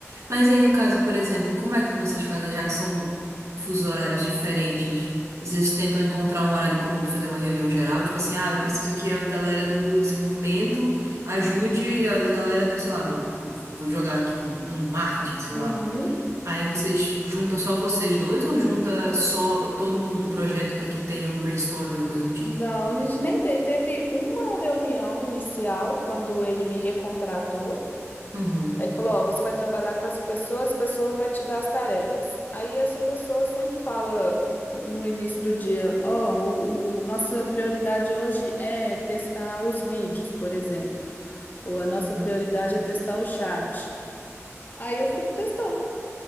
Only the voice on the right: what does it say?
Mas aí, no caso, por exemplo, como é que vocês fazem, já que são fusos horários diferentes? Vocês tentam encontrar um horário em comum para fazer uma reunião geral? Tipo assim, ah, eu preciso que a galera do desenvolvimento ajude a galera do, sei lá, do, vou vou jogar aqui um, um marketing, sei
lá. Aí vocês juntam só vocês dois ou junta só todo mundo do projeto para que tenha um brainstorming ou coisa do tipo?
Uhum.
Hum.